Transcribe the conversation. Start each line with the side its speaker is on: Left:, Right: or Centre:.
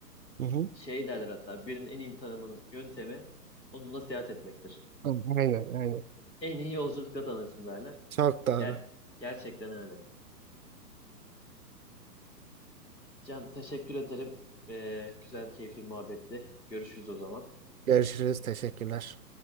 Right: Hı hı.
Left: şey derler hatta birinin en iyi tanımanın yöntemi onunla seyahat etmektir.
Right: Aynen aynen.
Left: En iyi yolculukla tanırsın derler.
Right: Çok doğru.
Left: Gel, gerçekten öyle. Can teşekkür ederim. Ee, güzel, keyifli bir muhabbetti. Görüşürüz o zaman.
Right: Görüşürüz. Teşekkürler.